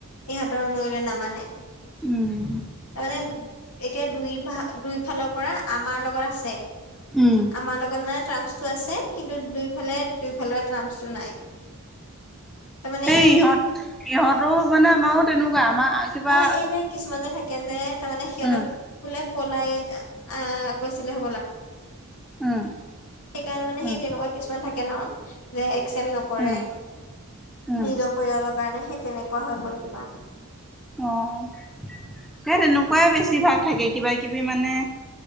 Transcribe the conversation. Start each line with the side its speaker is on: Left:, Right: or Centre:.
Left: ইহঁত ত মৰিলে নামানে,
Centre: উম
Left: তাৰ মানে এতিয়া দুই ভা দুই ফালৰ পৰা আমাৰ লগত আছে।
Centre: উম।
Left: আমাৰ লগত মানে, টাৰ্মচ টো আছে কিন্তু দুইফালে দুইফালৰ ট্ৰামচ টো নাই। তাৰমানে
Centre: এই
Left: সেই
Centre: ইহঁত ইহঁতো মানে আমাৰো তেনেকুৱা আমাৰ কিবা
Left: ন এই যে কিছুমান যে থাকে যে, তাৰমানে সিহঁতক
Centre: উম
Left: বোলে পলাই আহ গৈছিলে হবলা।
Centre: উম
Left: সেইকাৰণে মানে
Centre: উম
Left: সেই তেনেকুৱা কিছুমান থাকে ন, যে একচেপট ন কৰে
Centre: উম
Left: নিজৰ
Centre: উম
Left: পৰিয়ালৰ কাৰণে, সেই তেনেকুৱা হৈ গল কিবা।
Centre: অঁ ত তেনেকুৱাই বেছি ভাগ থাকে, কিবা কিবি মানে।